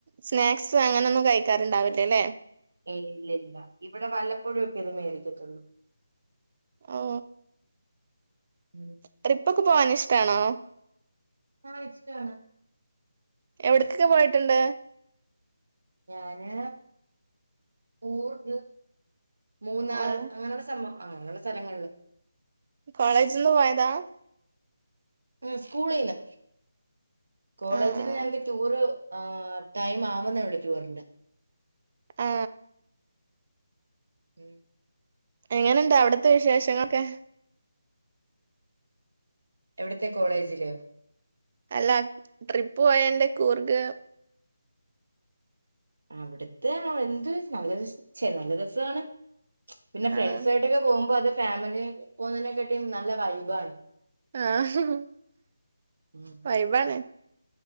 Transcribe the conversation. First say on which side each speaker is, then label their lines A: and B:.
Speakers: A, on the right; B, on the right.
A: സ്നാക്സ് അങ്ങനൊന്നും കഴിക്കാറുണ്ടാവില്ലലെ
B: ഏ ഇല്ല ഇല്ല ഇവിടെ വല്ലപ്പോഴും ഒക്കെ അത് മേടിക്കത്തൊള്ളൂ
A: ഓ
B: ഉം
A: ട്രിപ്പ് ഒക്കെ പോവാൻ ഇഷ്ടാണോ?
B: ആ വെച്ചിട്ടാണ്
A: എവിട്ക്കൊക്കെ പോയിട്ടുണ്ട്?
B: ഞാന് കൂർഗ് മൂന്നാറ്
A: ആഹ്
B: അങ്ങനെയുള്ള സം അ അങ്ങനുള്ള സ്ഥലങ്ങളിൽ
A: കോളേജ്ന്ന് പോയതാ?
B: ഉം സ്കൂളീന്ന് കോളേജ്ന്ന്
A: ആഹ്
B: ഞങ്ങക്ക് ടൂറ് ആ ടൈം ആവുന്നുള്ളു ടൂറിന്റെ
A: ആ
B: ഉം
A: എങ്ങനെണ്ട് അവിടത്തെ വിശേഷങ്ങളൊക്കെ?
B: എവിടത്തെ കോളേജിലോ?
A: അല്ലാ ട്രിപ്പ് പോയൻ്റെ കൂർഗ്?
B: അവിടുത്തെ എന്ത് നല്ല രച ച്ചെ നല്ല രസമാണ് പിന്നെ ഫ്രണ്ട്സ്
A: ആഹ്
B: ആയിട്ടൊക്കെ പോകുമ്പോ അത് ഫാമിലി പോകുന്നതിനെക്കാട്ടി നല്ല വൈബ് ആണ്
A: ആഹ്
B: ഉം
A: വൈബാണ്